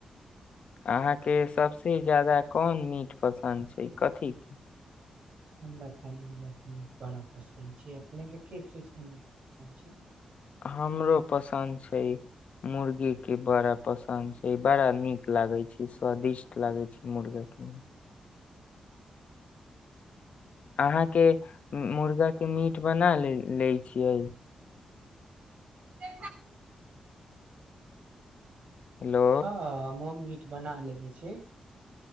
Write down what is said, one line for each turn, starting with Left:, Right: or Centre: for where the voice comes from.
Left: अहाँके सभस ज्यादा कोन मीट पसन्द छै कथीके
Right: हमरा तऽ मुर्गाके मीट बड़ा पसन्द छै अपनेके किस चीजके मीट पसन्द छै
Left: हमरो पसन्द छै मुर्गे के बड़ा पसन्द छै बड़ा नीक लागैत छै स्वादिष्ट लागैत छै मुर्गाे अहाँके मुर्गाके मीट बना ले लैत छियै
Right: घ
Left: हेलो
Right: हँ म बना लेे छी